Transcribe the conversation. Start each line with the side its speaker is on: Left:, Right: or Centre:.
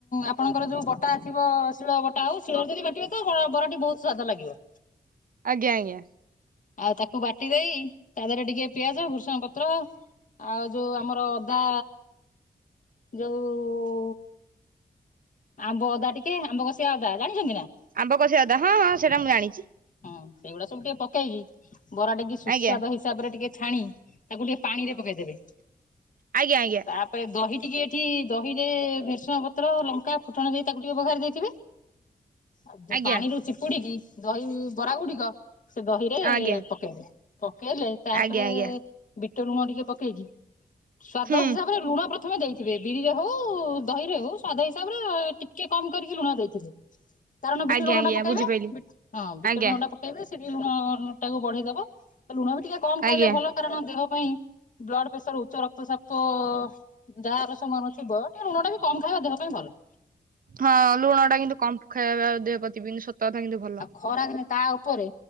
Left: ଆପଣଙ୍କର ଯୋଉ ବଟା ଥିବ ଶିଳ ବଟା ଆଉ ଶିଳ ରେ ଯଦି ବାଟିବେ ତ ବରା ବରାଟି ବହୁତ ସ୍ବାଦ ଲାଗିବ।
Right: ଆଜ୍ଞା ଆଜ୍ଞା।
Left: ଆଉ ତାକୁ ବାଟି ଦେଇ, ତା ଦେହରେ ଟିକେ ପିଆଜ ଭୃସଙ୍ଗ ପତ୍ର। ଆଉ ଯୋଉ ଆମର ଅଦା। ଯୋଉ। ଆମ୍ବ ଅଦା ଟିକେ ଆମ୍ବ କଶିଆ ଅଦା ଜାଣିଛନ୍ତି ନା।
Right: ଆମ୍ବ କସିଆ ଅଦା। ହଁଁ ହଁ ସେଇଟା ମୁଁ ଜାଣିଛି।
Left: ହଁ ସେଇଗୁଡା ସବୁ ଟିକେ ପକେଇକି, ବରା ଟିକି। ସୁସ୍ୱାଦୁ
Right: ଆଜ୍ଞା
Left: ହିସାବରେ ଟିକେ ଛାଣି ତାକୁ ଟିକେ ପାଣିରେ ପକେଇଦେବେ,
Right: ଆଜ୍ଞା ଆଜ୍ଞା
Left: ତା ପରେ ଦହି ଟିକେ ଏଠି ଦହିରେ ଭେସୁଙ୍ଗ ପତ୍ର ଲଙ୍କା ଫୁଟଣ ଦେଇ ତାକୁ ଟିକେ ବଘାରି ଦେଇଥିବେ, ଆଉ ଯୋଉ
Right: ଆଜ୍ଞା
Left: ପାଣିରୁ ଚିପୁଡ଼ିକି ଦହି ବରା ଗୁଡିକ ସେ ଦହିରେ
Right: ଆଜ୍ଞା।
Left: ପକେଇବେ, ପକେଇଲେ ତାପରେ
Right: ଆଜ୍ଞା ଆଜ୍ଞା
Left: ବିଟ ଲୁଣ ଟିକେ ପକେଇକି, ସ୍ଵାଦ
Right: ହୁଁ
Left: ହିସାବରେ ଲୁଣ ପ୍ରଥମେ ଦେଇଥିବେ, ବିରିରେ ହଉ ଦହିରେ ହଉ ସ୍ଵାଦ <unintelligible> <unintelligible> ଟିକେ କମ୍ କରିକି ଲୁଣ ଦେଇଥିବେ। କାରଣ ବିଟ
Right: ଆଜ୍ଞା
Left: ଲୁଣ
Right: ଆଜ୍ଞା
Left: ଟା ପକେଇବେ,
Right: ବୁଝିପାଇଲି
Left: ହଁ ବିଟ
Right: ଆଜ୍ଞା
Left: ଲୁଣାଟା <unintelligible> ସେଠି ଲୁଣ ଟାକୁ ବଢେଇ ଦବ, ଲୁଣ ବି ଟିକେ କମ୍ ଖାଇଲେ
Right: ଆଜ୍ଞା।
Left: ଭଲ। କାରଣ ଦେହ ପାଇଁ ବ୍ଲଡ୍ ପ୍ରେସର ଉଚ୍ଚ ରକ୍ତଚାପ ଯାହାର ସମାନ ଥିବ ଟିକେ ଲୁଣ ଟା ବି କମ୍ ଖାଇବା ଦେହ ପାଇଁ ଭଲ।
Right: ହଁ ଲୁଣ ଟା କିନ୍ତୁ କମ୍ ଖାଇବା ଦେହ ପ୍ରତି ସତ କଥା କିନ୍ତୁ ଭଲ।
Left: ଖରାଦିନେ ତା ଉପରେ